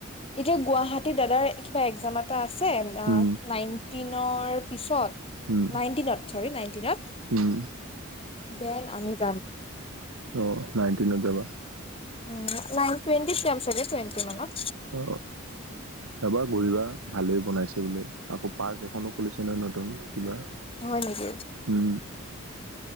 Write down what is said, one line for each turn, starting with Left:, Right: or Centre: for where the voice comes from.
Left: এতিয়া গুৱাহাটী দাদাৰ কিবা এক্জাম এটা আছে
Right: উম
Left: নাইন <unintelligible> টি পিছত
Right: উম
Left: নাইনটিনত চৰি নাইনটিনত
Right: উম
Left: দেন <unintelligible>
Right: অ নাইনটিনত যাবা
Left: উম নাইন টুৱেণ্টি যাম চাগে টুৱেণ্টি মানত
Right: অ যাবা ঘূৰিবা ভালেই বনাইছে ব আকৌ পাৰ্ক এখনো খুলিছে নহয় নতুন কিবা
Left: হয় নেকি
Right: উম